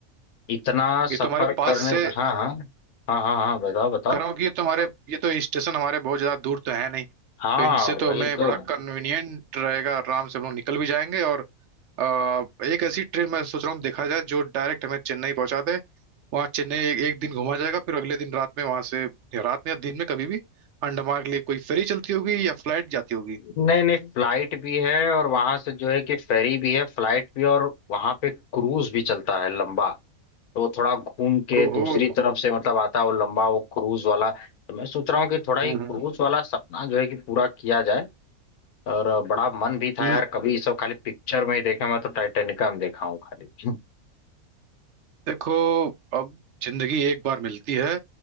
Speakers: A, on the left; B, on the right.
A: इतना
B: ये
A: सफर
B: तो हमारे पास
A: करने
B: से
A: हाँ हाँ हाँ हाँ हाँ बताओ बताओ
B: कर रहा हूँ कि ये तो हमारे ये तो स्टेशन हमारे बहुत ज्यादा दूर तो है नहीं
A: हाँ
B: तो इनसे तो
A: वही
B: हमें
A: तो
B: बड़ा कन्वीनियंट रहेगा आराम से हम लोग निकल भी जाएंगे और आ, एक ऐसी ट्रेन मैं सोच रहा हूँ देखा जाए जो डायरेक्ट हमें चेन्नई पहुंचा दे वहाँ चेन्नई एक, एक दिन घुमा जाएगा फिर अगले दिन रात में वहां से या रात में या दिन में कभी भी अंडमान के लिए कोई फेरी चलती होगी या फ्लाइट जाती होगी
A: नहीं नहीं फ्लाइट भी है और वहां से जो है कि फेरी भी है फ्लाइट भी और वहां पे क्रूज भी चलता है लंबा तो वो थोड़ा घूम के
B: ओहो
A: दूसरी तरफ से मतलब आता है वो लंबा वो क्रूज वाला तो मैं सोच रहा हूँ कि थोड़ा ये
B: हम्म
A: क्रूज वाला सपना जो है कि पूरा किया जाए और बड़ा मन भी था
B: हम्म।
A: यार कभी ये सब खाली पिक्चर में ही देखा मैं तो टाइटेनिका में देखा हूँ खाली
B: देखो अब जिंदगी एक बार मिलती है